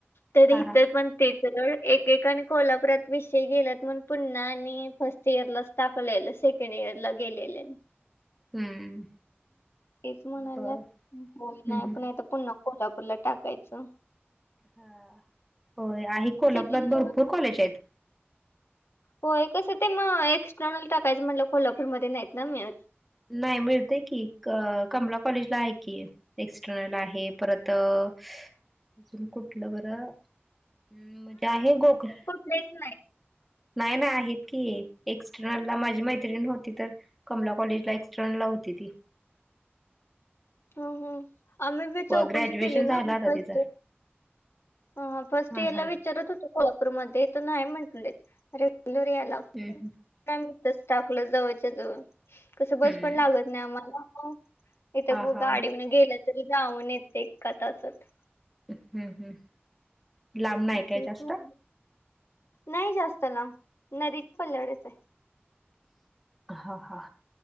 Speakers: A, on the left; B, in the centre.
A: तर इथ
B: हा हा
A: पण तेच. सरळ, एकेकानी कोल्हापुरातऽ विषय गेल्यात म्हणुन पुन्हा आणि फर्स्ट इयरलाच टाकलेलं सेकंड इयर ला गेलेले.
B: हम्म
A: तेच म्हणायलात,,
B: बर
A: बोल
B: हम्म
A: नाही
B: हम्म.
A: पण तर पुन्हाऽ कोल्हापूरला टाकायचं.
B: हा होय, आहे कोल्हापुरात
A: सिटीला
B: भरपूर कॉलेज आहेत.
A: होय, कसं ते मग एक्सटर्नल टाकायचं म्हटलं कोल्हापूरमध्ये नाहीत ना मिळत,.
B: नाही मिळतय की, कमला कॉलेजला आहे की. एक्सटर्नल आहे, परत अजून कुठलं बरं? हम् म्हणजे आहे गोकऽ
A: तेच नाही.
B: नाही नाही आहेत की,, एक्स्टर्नल ला माझी मैत्रिण होती तर. कमला कॉलेज ला एक्स्टर्नल ला होती ती.
A: हं हं, आम्ही बी
B: प-
A: चौकशी
B: ग्रॅज्युएशन
A: केली
B: झालं
A: ना
B: आता
A: फस्टऽ
B: तिचं
A: हं फर्स्ट
B: हा
A: इयरला
B: हा
A: विचारत होते कोल्हापूरमध्ये, तर नाही म्हंटले, रेग्युलर यालागतयऽ
B: हम्म हम्म
A: इथंच टाकलं जवळच्या जवळ, कसं बस
B: हम्म.
A: पण लागतऽ नाही मला इथं,
B: हा हा
A: गाडी वन गेलं तरी जाऊन येतय एका तासात.
B: हम्म हम्, लांब नाहीय काय
A: तेच
B: जास्त?
A: मग नाही जास्त लांब,, नदीच्या पल्याडच आहे.
B: हा हा.